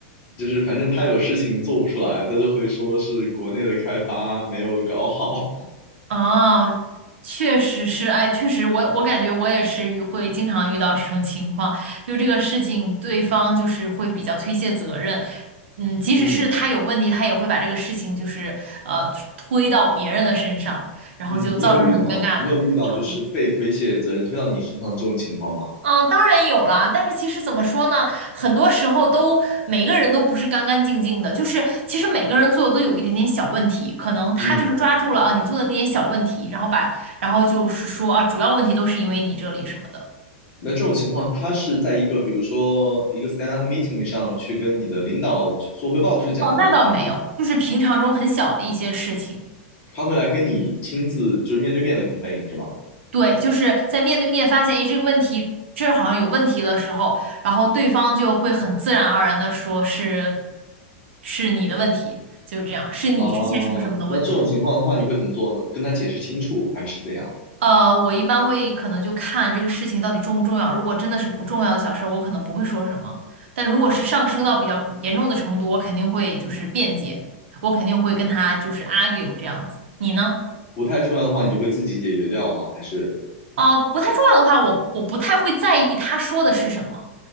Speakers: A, on the left; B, on the right.
A: 就是反正他有事情做不出来，他就会说是国内的开发没有搞好。
B: 哦，确实是，哎，确实我，我感觉我也是遇会经常遇到这种情况，就这个事情，对方就是会比较推卸责任，嗯，即使是他有问题，
A: 嗯
B: 他也会把这个事情就是呃推到别人的身上，然后就造成很尴尬的场面。
A: 嗯，你有遇到你有遇到就是被推卸责任推到你身上这种情况吗？
B: 嗯，当然有啦，但是其实怎么说呢，很多时候都每个人都不是干干净净的，就是其实每个人做的都有一点点小问题，可能他就是抓住了啊你做的那点小问题，
A: 嗯。
B: 然后把然后就是说啊主要问题都是因为你这里什么的。
A: 那这种情况，他是在一个比如说一个 stand up meeting 上去跟你的领导做汇报的时候讲的，
B: 哦，那倒没有，
A: 还是
B: 就是平常中很小的一些事情。
A: 他会来跟你亲自就是面对面的 complain 是吗？
B: 对，就是在面对面发现，哎，这个问题这儿好像有问题的时候，然后对方就会很自然而然的说是是你的问题，就是这样，是你之前什么什么的问题。
A: 啊，那这种情况的话，你会怎么做呢？跟他解释清楚还是怎样？
B: 呃，我一般会可能就看这个事情到底重不重要。如果真的是不重要的小事儿，我可能不会说什么。但如果是上升到比较严重的程度，我肯定会就是辩解，我肯定会跟他就是 argue 这样子。你呢？
A: 不太重要的话，你就会自己解决掉吗？还是
B: 啊、不太重要的话，我我不太会在意他说的是什么，